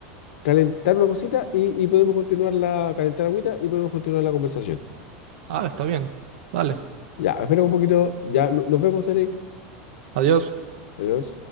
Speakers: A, on the left; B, on the right.
A: calentar una cosita y, y podemos continuar la, calentar agüita y podemos continuar la conversación.
B: Ah, está bien. Dale.
A: Ya, espera un poquito. Ya, no- nos vemos, Eric.
B: Adiós.
A: Adiós.